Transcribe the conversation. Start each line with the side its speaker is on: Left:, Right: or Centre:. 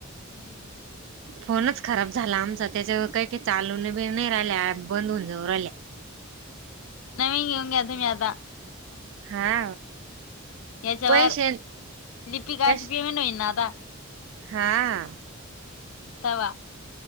Left: हम्म
Right: फोनच खराब झाला आमचा त्याच्यावर काही काही चालून बी नाही राहिल्या ऍप बंद होऊन जाऊ आल्या
Left: नवींग इवंग अ म्याता नवीन घेऊन घ्या तुम्ही आता
Right: हा
Left: याच्यावर
Right: पैसे
Left: लिप कााच
Right: कश
Left: पिमीन होईन ना आता
Right: हा
Left: तवा